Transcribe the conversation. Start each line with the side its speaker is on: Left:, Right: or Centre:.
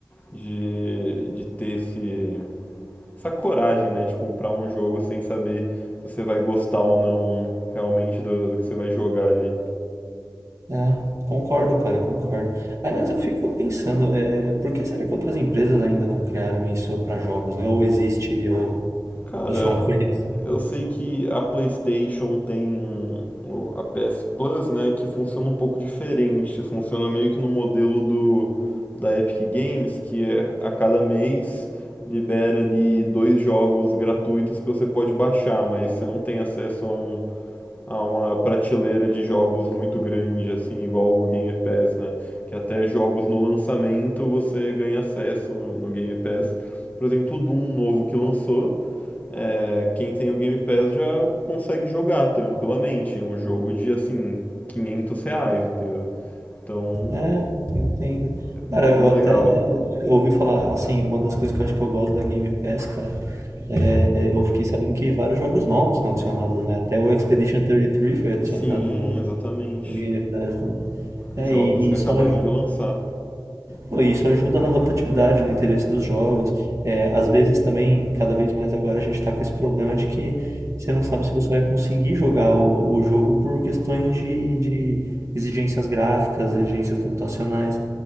Left: de, de ter esse, essa coragem, né, de comprar um jogo sem saber se você vai gostar ou não realmente do, do que você vai jogar ali.
Right: É, concordo, cara, concordo. Aliás, eu fico pensando, é, por que será que outras empresas ainda não criaram isso para jogos, né? Ou existe, ou
Left: Cara,
Right: Eu só não conheço.
Left: eu sei que a PlayStation tem o- a PS Plus, né, que funciona um pouco diferente. Funciona meio que no modelo do da Epic Games, que é a cada mês libera ali dois jogos gratuitos que você pode baixar, mas você não tem acesso a um a uma prateleira de jogos muito grande assim, igual o Game Pass, né? Que até jogos no lançamento você ganha acesso no, no Game Pass. Por exemplo, o Doom novo que lançou. É, quem tem o Game Pass já consegue jogar tranquilamente. É um jogo de assim, 500 reais, entendeu? Então,
Right: É, entendo.
Left: é bem
Right: Cara, eu
Left: legal.
Right: até ouvi falar, assim, uma das coisas que eu acho que eu gosto da Game Pass, cara, é, eu fiquei sabendo que vários jogos novos são adicionados, né? Até o Expedition 33 foi adicionado
Left: Sim,
Right: no,
Left: exatamente.
Right: no Game Pass, né? É,
Left: Jogos
Right: e,
Left: que
Right: e isso
Left: acabaram
Right: aju-
Left: de lançar.
Right: Pô, Isso ajuda na rotatividade, no interesse dos jogos. É, às vezes também, cada vez mais agora, a gente está com esse problema de que você não sabe se você vai conseguir jogar o, o jogo por questões de, de exigências gráficas, exigências computacionais.